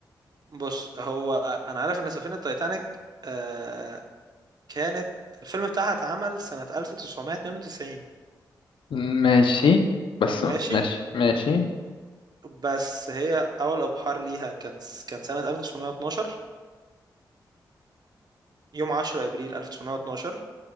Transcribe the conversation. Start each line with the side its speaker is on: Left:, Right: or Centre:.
Right: بص هو انا عارف ان سفينة تايتانيك آه كانت الفيلم بتاعها اتعمل سنة 1992
Left: ماشي بس
Right: ماشي
Left: ماشي ماشي
Right: بس هي اول ابحار ليها كان كان سنة 1912 يوم 10 ابريل 1912